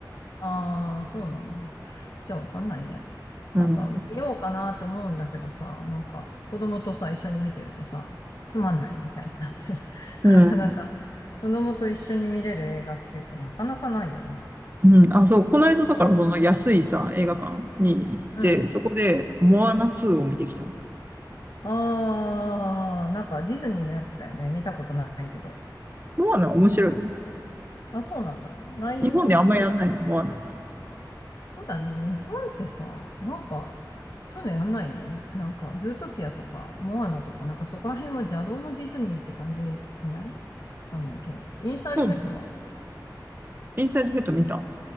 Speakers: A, on the left; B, on the right.
A: ああー、そうなんだ。じゃあ、わかんないね。なんか、
B: うん。
A: 見ようかなって思うんだけどさ、なんか、子供とさ、一緒に見てるとさ、つまんないみたいになって、<laughs>
B: うん。
A: なかなか子供と一緒に見れる映画っていうとなかなかないよね。
B: うん。あ、そう、この間だからその安いさ、映画館に行って、
A: うん。うん。
B: そこで、モアナ2を見てきたわ。
A: ああ、なんかディズニーのやつだよね。見たことないけど。
B: モアナ面白いよ。
A: あ、そうなんだ。内容はどんな
B: 日本であんまやんないの、モアナって。
A: そうだね。日本ってさ、なんか、そういうのやんないよね。なんか、ズートピアとか、モアナとか、なんかそこら辺は邪道のディズニーって感じじゃないわかんないけど。インサイドヘッドは見た。
B: うん。インサイドヘッド見た